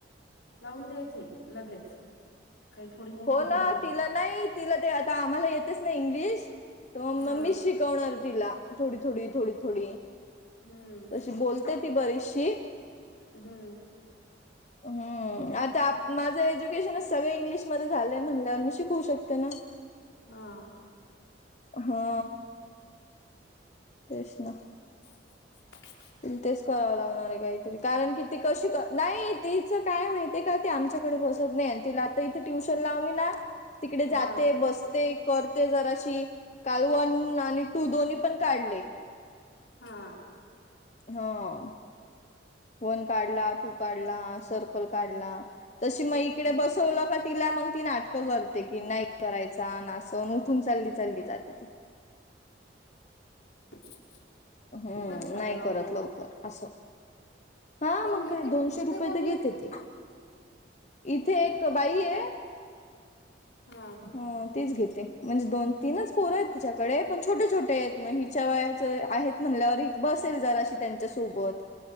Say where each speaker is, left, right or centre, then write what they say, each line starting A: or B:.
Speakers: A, on the left (about 90°); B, on the left (about 40°).
A: लावून द्यायचे लगेच. काही थोडी मोठी
B: हो
A: झाली
B: ना
A: की
B: तिला नाही तिला ते आता आम्हाला येतेच ना इंग्लिश तर मग
A: हा
B: म मीच शिकवणार तिला थोडी-थोडी, थोडी-थोडी
A: हम्म
B: तशी बोलते ती बरीचशी.
A: हम्म.
B: हम्म आता माझं एज्युकेशनच सगळं इंग्लिशमध्ये झालंय म्हणल्यावर मी शिकवू शकते ना.
A: हां.
B: हा तेच ना.
A: <inaudible>
B: तेच करावं लागणार आहे काहीतरी कारण कि ती कशी नाही तिचं काय माहित. ते का ते आमच्याकडे बसत नाही तिला ते इथे ट्युशन लावली ना तिकडे जाते,
A: हा
B: बसते, करते जराशी काल वन आणि टू दोन्ही पण काढले.
A: हां.
B: हों. वन काढला, टू काढला, सर्कल काढला तशी मग इकडे
A: ह
B: बसवला का तिला मग ती नाटकं करते कि नाही करायचा ना असण उठून चालली चालली जाते ती.
A: <inaudible>
B: हम्म
A: बरं झालं
B: नाही
A: लावून
B: करत
A: दिलं
B: लवकर असं हां
A: कोण
B: मग
A: घेते
B: काय दोनशे
A: तिथे
B: रुपये
A: कोण
B: तर घेते ती इथे एक बाई आहे.
A: हां.
B: हो तीच घेते म्हणजे दोन, तीनच पोरं आहेत तिच्याकडे पण छोटे-छोटे आहेत मग हिच्या वयाच आहेत म्हणलं अरे बसेल जराशी त्यांच्या सोबत